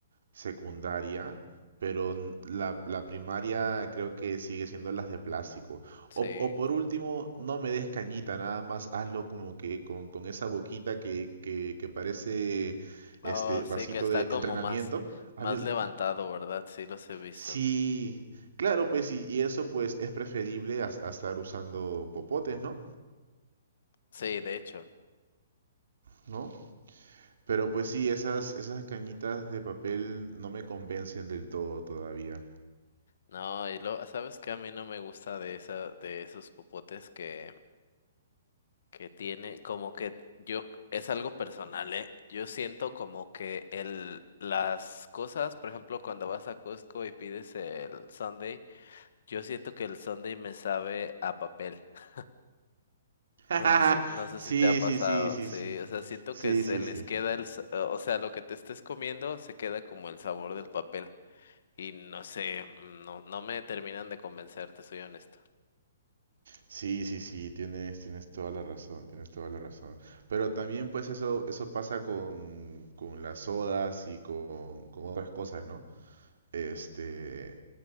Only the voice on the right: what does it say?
secundaria, pero n- la, la primaria creo que sigue siendo las de plástico.
O, o por último, no me des cañita, nada más hazlo como que con, con esa boquita que, que, que parece este
vasito
de
entrenamiento.
¿Has
visto?
Sí, claro, pues y, y eso pues es preferible a, a estar usando popotes, ¿no?
¿No? Pero pues sí, esas, esas cañitas de papel no me convencen del todo todavía.
<laughs>
Sí,
sí, sí, sí,
sí.
Sí,
sí,
sí.
Sí, sí, sí, tienes, tienes toda la razón, tienes toda la razón. Pero también pues eso, eso pasa con, con las sodas y con, con otras cosas, ¿no? Este,